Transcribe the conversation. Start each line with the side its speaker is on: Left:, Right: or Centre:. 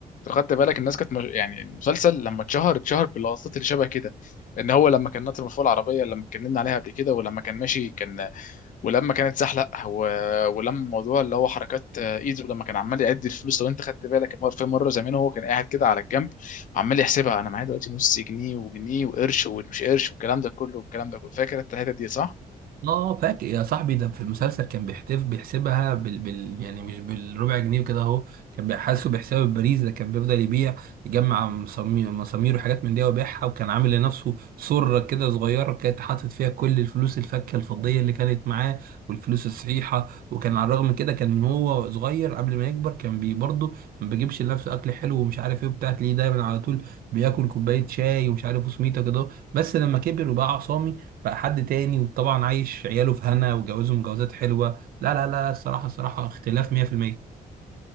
Left: لو خدت بالك الناس كانت مش... يعني المسلسل لما اتشهر اتشهر باللقطات اللي شبه كده ان هو لما كان ناطر من فوق العربيه اللي لما اتكلمنا عليها قبل كده ولما كان ماشي كان ولما كانت زحلق و... ولما موضوع اللي هو حركات آه، ايده لما كان عمال يعد الفلوس لو انت خدت بالك مر- في مره زمان هو كان قاعد كده على الجنب وعمال يحسبها انا معايا دلوقتي نص جنيه وجنيه وقرش ومش قرش والكلام ده كله والكلام ده كله فاكر انت الحته دي صح؟
Right: اه فاكر يا صاحبي ده في المسلسل كان بيحتف بيحسبها بال, بال يعني مش بالربع جنيه وكده اهو كان بيحاسبه بحساب البريز ده كان بيفضل يبيع يجمع مسامير مسامير وحاجات من دي ويبيعها وكان عامل لنفسه سرة كده صغيرة كانت حاطط فيها كل الفلوس الفكة الفضية اللي كانت معاه والفلوس الصحيحة وكان على الرغم من كده كان من هو صغير قبل ما يكبر كان بي برضه ما بيجيبش لنفسه اكل حلو ومش عارف ايه وبتاع تلاقيه دايما على طول بياكل كوباية شاي ومش عارف وسميته كده بس لما كبر وبقى عصامي بقى حد تاني وطبعا عايش عياله في هنا وجوازه مجوزات حلوة لا لا لا لا، الصراحة الصراحة اختلاف 100%